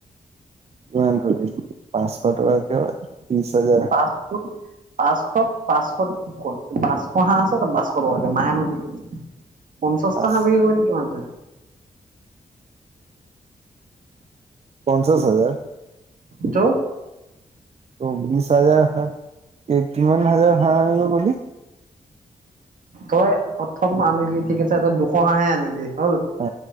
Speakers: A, on the right (about 45°); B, on the right (about 65°).
A: কিমান পাঁচশ টকা ক ত্ৰিশ হাজাৰ
B: পাঁচ পাঁচশ পাঁচশ পাঁচশ হাঁ আছে ত বাছ কৰ আগে নাইমাৰ বি আ পঞ্চাশটা
A: পাঁচ
B: হা বিক্ৰী কৰিলে কিমান পই
A: পঞ্চাছ হাজাৰ
B: ত
A: ত বিশছ হাজাৰ হ কিমান হাজাৰ হিব গি
B: তই প্ৰথম আনিলি ঠিক আছে তই দুশ হাহে আনিলি হ'ল
A: অ